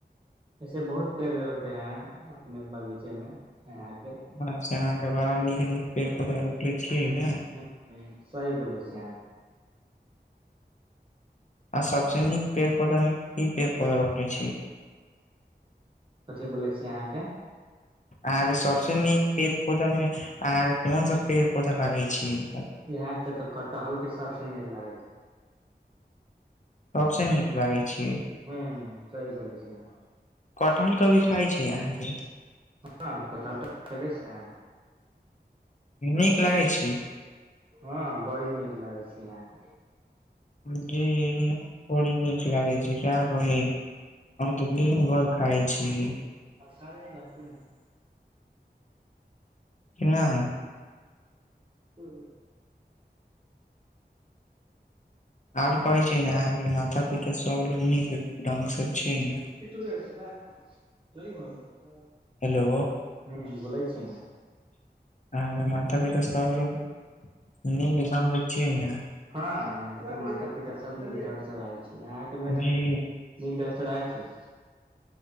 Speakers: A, on the right; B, on the left.
A: ऐसे बहुत पेड़ रोपे हैं अपने बगीचे में यहााँ पे।
B: अ अहाँके बड़ा नीक नीक पेड़ पौधा रखले छियै ने।
A: हू सही बोलै छी अहाँ।
B: आ सबसे नीक पेड़ पौधा मे की पेड़ पौधा रोपले छी।
A: कथी बोलै छीियै अहाँके।
B: अहाँ के सबस नीक पेड़ पौधा में अहा के कोन सब पेड़ पौधा लगे छिए
A: यहां के तो कटहल के सबस नीक लागे छै।
B: सबसँ नीक लागै छै।
A: हू सही बोले छिये आहाँ
B: कटहल कभी खाइ छै अहाँके।
A: हँ कटहत तऽ खले छिय।
B: नीक लागै छै।
A: हँ बड़ी नीक लगे छी यहााँ के।
B: जी बड़ी नीक लागे छै का कहि हम तऽ दिन भर खाइ छी।
A: आब <unintelligible>
B: नहि।
A: हु।
B: आओर कहै छै ने अाँे माता पिता सब लोक निक ढंग सऽ छै ने।
A: <unintelligible>
B: हेलो।
A: हूँ बोलै छी ने
B: आहाँ माता पिता सब लोग निक ढंग सऽ सिये नऽ
A: हँ यहाँके तऽ माता पिता सब नीक ढंग से रहै छै यहाँके मे
B: जी
A: तऽ। नीक ढंग्गसँ रहय छै।